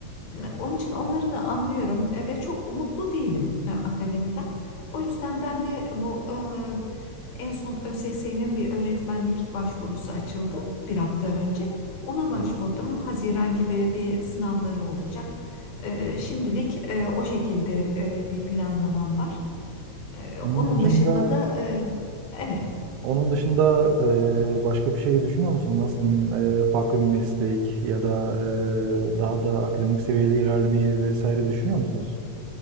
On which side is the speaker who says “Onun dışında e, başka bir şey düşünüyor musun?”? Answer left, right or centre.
Right